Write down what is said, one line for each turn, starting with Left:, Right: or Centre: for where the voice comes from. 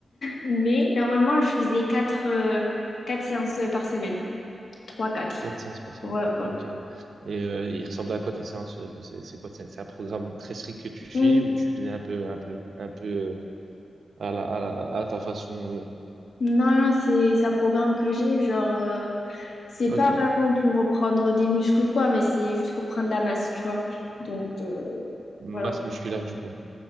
Left: mais normalement, je faisais quatre, euh, quatre séances par semaine, trois, quatre.
Right: Quatre séances par semaine.
Left: Ouais, ouais.
Right: Ok. Et euh, il ressemble à quoi tes séances? euh, C'est c'est quoi? C'est c'est un programme très strict que tu suis
Left: Mm.
Right: ou tu faisais un peu, un peu, un peu euh, à la, à la- à ta façon? euh,
Left: Non, non, c'est c'est un programme que j'ai, genre, euh, c'est
Right: Ok.
Left: pas
Right: M-
Left: vraiment pour reprendre des muscles ou quoi, mais c'est juste pour prendre la masse, tu vois. Donc, euh, voilà.
Right: Masse musculaire du coup.